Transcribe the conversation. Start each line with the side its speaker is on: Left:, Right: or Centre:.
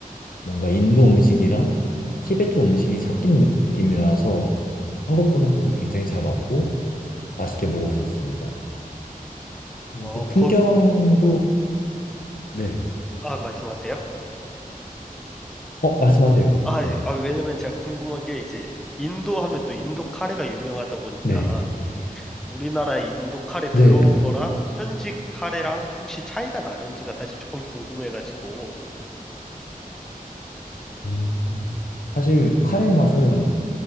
Left: 뭔가 인도 음식이랑 티베트 쪽 음식이 섞인 느낌이라서 한국 분한테도 굉장히 잘 맞고 맛있게 먹을 수 있습니다. 그리고
Centre: 어,
Left: 풍경도
Centre: 거,
Left: 네.
Centre: 아, 말씀하세요.
Left: 어, 말씀하세요.
Centre: 아,
Left: 네네.
Centre: 예. 아, 왜냐면 제가 궁금한 게 이제 인도 하면 또 인도 카레가 유명하다 보니까
Left: 네.
Centre: 우리나라 인도 카레 들어온
Left: 네.
Centre: 거랑 현지 카레랑 혹시 차이가 나는지가 사실 조금 궁금해가지고
Left: 음. 사실 카레 맛은